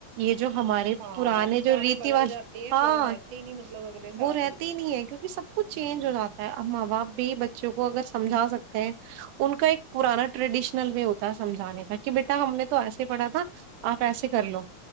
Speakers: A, on the right; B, on the right.
A: یہ جو ہمارے
B: ہاں
A: پرانے
B: کتابیں
A: جو ریتی
B: بدل
A: والا
B: جاتی ہیں
A: ہاں
B: وہ رہتی نہیں مطلب اگلے سال
A: وہ رہتی
B: تک دیکھیے
A: ہی نہیں ہے
B: تو
A: کیونکہ سب کچھ
B: ہوں
A: چینج ہو جاتا ہے اب ماں باپ بھی بچوں کو اگر سمجھا سکتے ہیں ان کا ایک پرانا ٹریڈیشنل وے ہوتا ہے سمجھانے کا کہ بیٹا ہم نے تو ایسے پڑھا تھا آپ ایسے کر لو